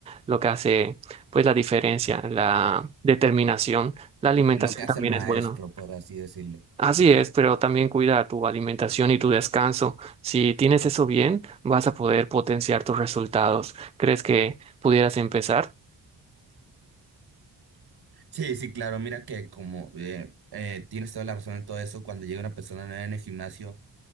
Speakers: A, on the right; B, on the right.
A: lo que hace pues la diferencia, la determinación. La alimentación
B: lo que hace
A: también
B: el maestro,
A: es buena.
B: por así decirlo.
A: Así es, pero también cuida tu alimentación y tu descanso. Si tienes eso bien, vas a poder potenciar tus resultados. ¿Crees que pudieras empezar?
B: Sí, sí, claro, mira que como eh, eh, tienes toda la razón en todo eso, cuando llega una persona nueva en el gimnasio,